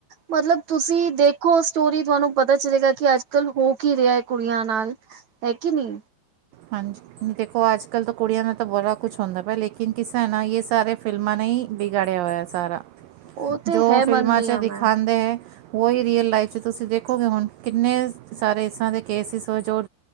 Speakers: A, on the right; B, on the right.
A: ਮਤਲਬ ਤੁਸੀਂ ਦੇਖੋ ਸਟੋਰੀ ਤੁਆਨੂੰ ਪਤਾ ਚਲੇਗਾ ਕੀ ਅੱਜ-ਕੱਲ ਹੋ ਕੀ ਰੇਆ ਏ ਕੁੜੀਆਂ ਨਾਲ। ਹੈ, ਕੀ ਨੀ?
B: ਹਾਂਜੀ, ਨੀ ਦੇਖੋ ਅੱਜ ਕੱਲ ਕੁੜੀਆਂ ਨਾਲ ਤਾਂ ਬੜਾ ਕੁਛ ਹੁੰਦਾ ਪੇਆ ਲੇਕਿਨ ਕਿਸੇ ਨਾ ਯੇ ਸਾਰੇ ਫਿਲਮਾਂ ਨੇ ਈ ਵਿਗਾੜਿਆ ਹੋਇਆ ਸਾਰਾ।
A: ਉਹ ਤੇ
B: ਜੋ
A: ਹੈ ਮੰਨਦੀ
B: ਫਿਲਮਾਂ ਚ
A: ਹਾਂ
B: ਦੀਖਾਂਦੇ
A: ਮੈਂ।
B: ਐ, ਔਹੀ ਰੀਅਲ ਲਾਈਫ ਚ ਤੁਸੀਂ ਦੇਖੋਗੇ ਹੁਣ। ਕਿੰਨੇ ਸਾਰੇ ਏਸ ਤਰ੍ਹਾਂ ਦੇ ਕੇਸਿਸ ਹੋ ਜੋ,